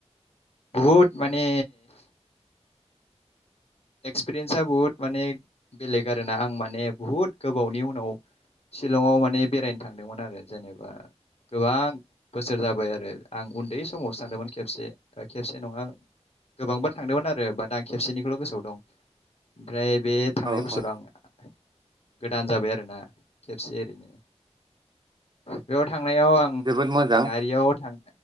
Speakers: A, on the left; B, on the right.
A: बहुत माने एक्सपिरियेन्सआ बुहुद माने बेलेग आरोना आं माने बुहुद गोबावनि उनाव शिलंआव माने बेरायनो थांदोंमोन आरो जेनेबा गोबां बोसोर जाबाय आरो आं उन्दै समावसो सानदोंमोन खेबसे ओ खेबसे नङा गोबांबा थांदोंमोन आरो बाट आं खेबसेनिखौल' गोसोआव औ ओमफ्राय बे थांनाय
B: औ
A: बोसोराव
B: औ
A: आं गोदान जाबाय आरोना खेबसे ओरैनो बेयाव थां थांनायाव आं
B: जोबोद मोजां
A: गारियाव थाङो